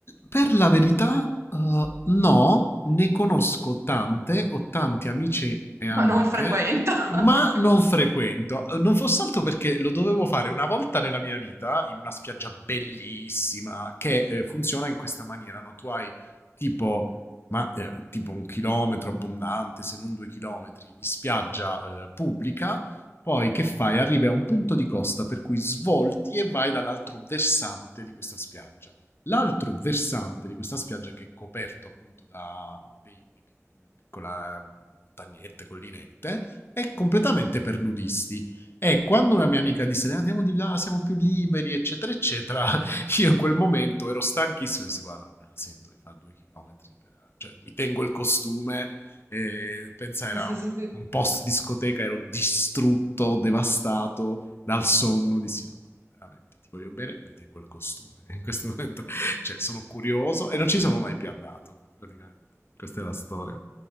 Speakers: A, on the left (about 45°); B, on the right (about 60°).
A: per la verità, uhm, no, ne conosco tante, ho tanti amici e amiche,
B: Ma non frequento. <laughs>
A: ma non frequento. Uhm, non fosse altro perché lo dovevo fare una volta nella mia vita in una spiaggia bellissima che, ehm, funziona in questa maniera, no, tu hai tipo ma, ehm, tipo 1 chilometro abbondante, se non 2 chilometri di spiaggia, uhm, pubblica poi che fai? Arrivi a un punto di costa per cui svolti e vai dall'altro versante di questa spiaggia. L'altro versante di questa spiaggia che è coperto appunto da dei, dei pic- piccole montagnette, collinette, è completamente per nudisti. E quando una mia amica disse "Eh, andiamo di là, siamo più liberi, eccetera, eccetera, <laughs> io in quel momento ero stanchissimo, dissi guarda, non me la sento di fare due chilometri, per- cioè mi tengo il costume e, pensa, era
B: Sì, sì, sì,
A: un,
B: sì.
A: un post discoteca, ero distrutto, devastato dal sonno. Dissi no, guarda, veramente ti voglio bene, mi tengo il costume. <laughs> In questo momento, cioè, sono curioso e non ci sono mai più andato, praticamente. Questa è la storia.